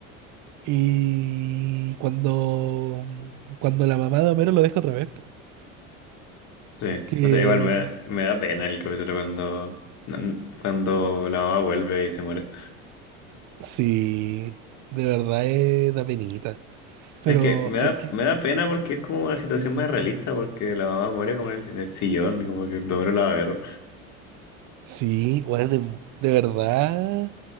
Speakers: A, on the right (about 50°); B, on the left (about 45°).
A: Y cuando, mm, cuando la mamá de Homero lo deja otra vez, po,
B: Sí.
A: que
B: O sea, igual me da, me da pena el capítulo cuando, cuando la mamá vuelve y se muere.
A: sí, de verdad es, da penita. Pero
B: Es que me
A: es
B: da,
A: que,
B: me da pena porque es como una situación más realista, porque la mamá muere como en el, en el sillón, y como que el hombre la va a ver.
A: sí, bueno, de, de verdad,